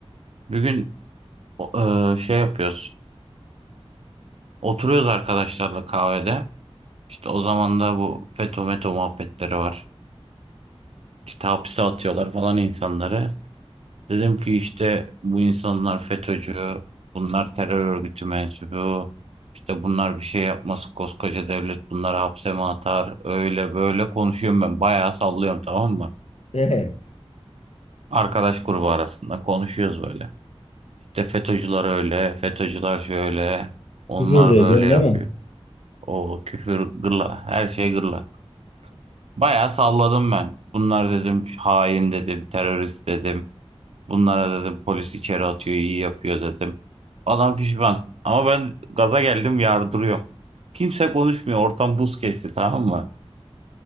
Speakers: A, on the right; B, on the left.
A: Bir gün o- e, şey yapıyoruz. Oturuyoruz arkadaşlarla kahvede. İşte o zaman da bu FETÖ METO muhabbetleri var. İşte hapse atıyorlar falan insanları. Dedim ki işte bu insanlar FETÖ'cü, bunlar terör örgütü mensubu. İşte bunlar bir şey yapması koskoca devlet bunları hapse mi atar? Öyle böyle konuşuyorum ben. Bayağı sallıyorum tamam mı?
B: Ee,
A: Arkadaş grubu arasında konuşuyoruz böyle. İşte FETÖ'cüler öyle, FETÖ'cüler şöyle, onlar
B: küfür de
A: böyle
B: ediyorsun
A: yapıyor.
B: değil mi?
A: O küfür gırla, her şey gırla. Bayağı salladım ben. Bunlar dedim hain dedim, terörist dedim. Bunlara dedim polis içeri atıyor, iyi yapıyor dedim. Adam pişman. Ama ben gaza geldim yardırıyorum. Kimse konuşmuyor. Ortam buz kesti tamam mı?